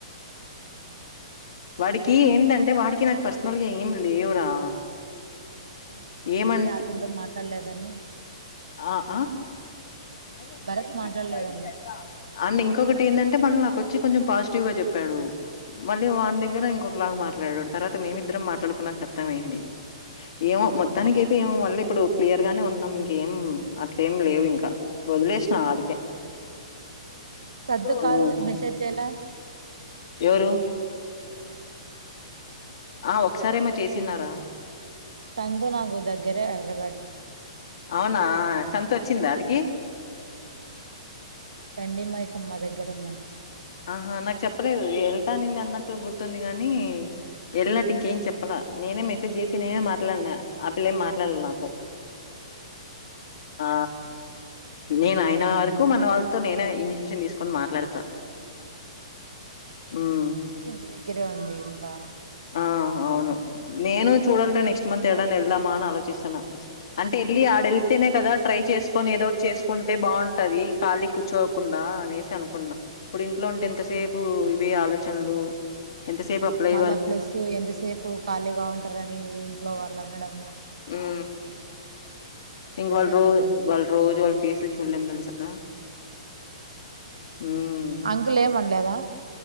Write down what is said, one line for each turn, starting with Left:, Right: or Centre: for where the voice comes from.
Right: <inaudible>
Left: వాడికి ఏందంటే వాడికి నాకు పర్సనల్గా ఏం లేవురా
Right: తెలుసులే
Left: ఏమంటే
Right: అదే ఆ పిల్ల్లో మాట్లాడలేదని
Left: ఆ ఆ <unintelligible>
Right: భరత్ మాట్లాడలేదని
Left: అండ్ ఇంకొకటి ఏందంటే మళ్ళీ నాకు వచ్చి కొంచెం పాజిటివ్గా చెప్పాడు మళ్ళీ వాని దగ్గర ఇంకొకలా మా మాట్లాడడు తర్వాత మేమిద్దరం మాట్లాడుకున్నాకు అర్థంమయింది ఏమో మొత్తానికయితే మళ్ళీ ఇప్పుడు క్లియర్ గానే ఉన్నాం ఇంకేం అట్లేం లేవు ఇంకా వదిలేసిన ఆడికే
Right: సద్దు కాల్
Left: ఉం
Right: మెసేజ్ చేయలా
Left: ఎవరు
Right: సంందు <unintelligible>
Left: ఆ ఒకసారేమో చేసిన్నారా
Right: చందు నాకు దగ్గరే హైదరాబాద్ లో
Left: అవునా సంత వచ్చిందా ఆడికి
Right: గండి మైసమ్మ దగ్గర ఉందంట
Left: ఆహా నాకు చెప్పలేదు వెళ్తానుంది అన్నట్టు గుర్తుంది గాని వెళ్ళినట్టు ఇంకేం
Right: మొన్ననే
Left: చెప్పాల
Right: ఎప్పుడో వచ్చిందంట
Left: నేనే మెసేజ్ చేసి నేనే మాట్లాడిన ఆ పిల్లేం మాట్లాడల నాతో ఆ నేను అయిన వరకు మన వాళ్ళ తో నేనే ఇనీసియేషన్ తీసుకుని మాట్లాడత ఉమ్
Right: ఇంటి దగ్గరే ఉంది ఇంకా
Left: ఆ హా అవును నేను చూడాలంటే నెక్స్ట్ మంత్ ఎటన వెళ్దామా అని ఆలోచిస్తన అంటే వెళ్లి అడ్ వెల్తేనే కదా ట్రై చేసుకొని ఏదో ఒకటి చేసుకుంటే బాగుంటది ఖాళీ కూర్చోకుండా అనేసి అనుకున్నా ఇప్పుడు ఇంట్లో ఉంటే ఎంతసేపు
Right: ఆ
Left: ఇవే ఆలోచనలు ఎంత సేపు ఆ ప్లై
Right: మళ్ళా ప్లస్ ఎంతసేపు ఖాళీగా ఉంటారని ఇంట్లో వాళ్ళ మేడము
Left: ఆ ఇంగ వాళ్ళ
Right: అయిపోతుంది
Left: రోజ వాళ్ళ రోజు వాళ్ళ ఫేస్లు చూడలేము తెలుసా ఉం
Right: అంకుల్ ఏమనలేదా